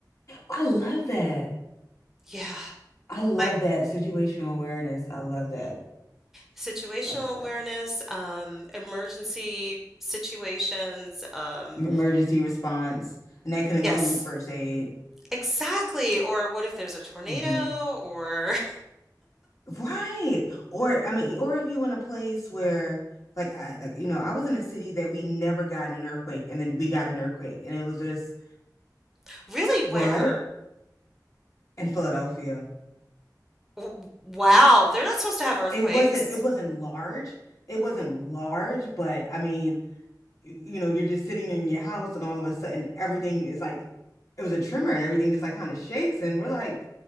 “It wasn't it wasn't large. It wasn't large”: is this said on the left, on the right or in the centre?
Left